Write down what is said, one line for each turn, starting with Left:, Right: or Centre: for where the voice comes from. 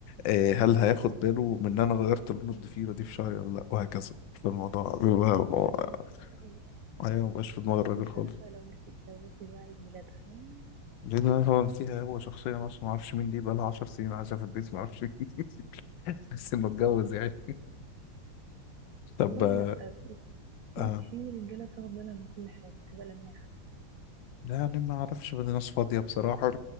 Left: إيه، هل هياخد باله من ان انا غيرت لون الضفيرة دي في شعري ولا لا وهكذا فالموضوع بيبقى-
Right: ده بجد دي حقيقة
Left: ايوه مبقاش في دماغ الراجل
Right: يا
Left: خالص
Right: سلام بقى لو نسي لو نسي بقى عيد ميلادها ياه
Left: لان هو فيها هو شخصيا اصلا ما اعرفش مين دي بقى لها 10 سنين عايشه في البيت ما اعرفش مين. بس انه اتجوز يعني طب
Right: والله
Left: آه
Right: لا في في
Left: آه،
Right: في رجاله بتاخد بالها من كل حاجه بتبقى لماحه
Left: لا يعني ما اعرفش بدي ناس فاضيه بصراحه